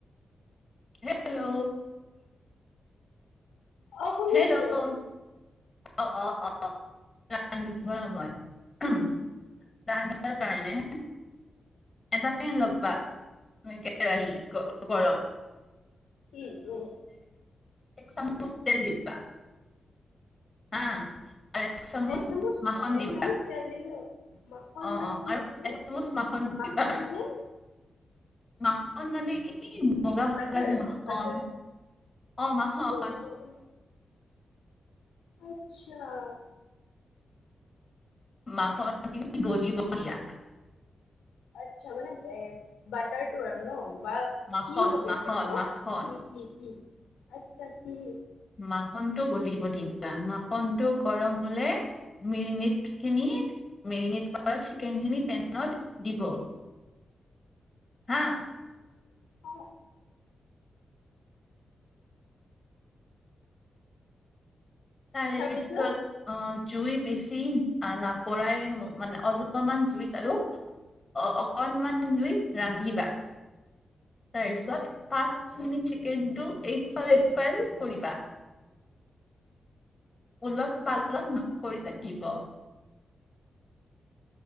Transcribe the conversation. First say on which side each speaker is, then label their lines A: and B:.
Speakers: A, on the left; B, on the left.
A: হেল্ল',
B: অ', শুনি
A: হেল্ল',
B: আছো।
A: অ অ অ <unintelligible> উম তাৰ কাৰণে এটা পেন লব বা মই কে আহি কৰউক
B: উম উ
A: এক চামুচ তেল দিবা হা আৰু এক চামুচ
B: এচামুচ
A: মাখন দিবা
B: এচামুচ তেল দিলো মাখন
A: অ
B: মানে
A: অ
B: কি
A: আৰু
B: আছিলে
A: এচামুচ
B: মাখন
A: দিবা
B: মানে
A: মাখন মানে বগা বগা
B: তাকে
A: যে
B: আৰু
A: মাখন
B: তাকে
A: অ মাখন
B: বগা বগা আচ্ছা
A: মাখন খিনি গলিব দিয়া
B: আচ্ছা মানে এ বাটাৰটো আৰু ন বা
A: মাখন
B: কি হ'ব
A: মাখন
B: চাগে ন
A: মাখন
B: কি কি কি? আত্ছা কি
A: মাখন টো গলিব দি পেলা মাখনটো গৰম হলে মেৰিনেট খিনি মেৰিনেট কৰা চিকেন খিনি পেনত দিব হা
B: অ
A: তাৰে
B: তাৰপিছত
A: পিছত অ জুই বেছি নপৰাই মানে অলপমান জুইত আৰু অ অকনমান জুই ৰান্ধিবা তাৰপিছত পাঁচ মিনিট চিকেনটো এই ফাল এই ফাল কৰিবা, উলত পালত কৰিব লাগিব